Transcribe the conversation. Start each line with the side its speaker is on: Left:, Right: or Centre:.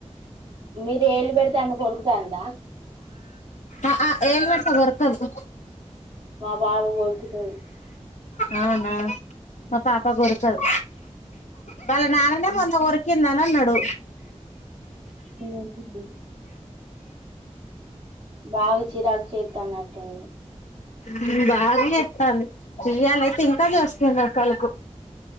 Right: మీరు ఏలు పెడితే ఆమె కొరుకుతాంద
Left: ఆహా ఏలు పెడితే కొరకదు
Right: మా పాప కొరుకుతది
Left: అవునా మా పాప గోరకదు వాళ్ళ నాన్ననే మొన్న కొరిందని అన్నడు
Right: హ్మ్ <inaudible> బాగ చిరాక్ చెత్తనట్టుంది
Left: హ్మ్ బాగ చేత్తంది ఇయ్యాలయితే ఇంక చేస్తుంది అసలకు